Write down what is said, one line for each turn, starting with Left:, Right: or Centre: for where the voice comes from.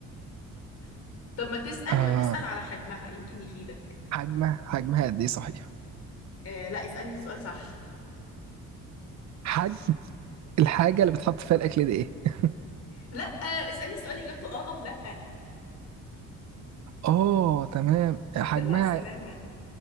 Left: <laughs> طب ما تسال
Right: آه
Left: ما تسال على حجمها يمكن يفيدك
Right: حجمها حجمها قد ايه صحيح
Left: آه لا اسألني السؤال صح
Right: حجم الحاجه اللي بتحط فيها الاكل دي ايه <laughs>
Left: لا آه، اسالني سؤال اجابته اه او لا
Right: اه تمام
Left: الحمد
Right: حجمها
Left: لله على السلامه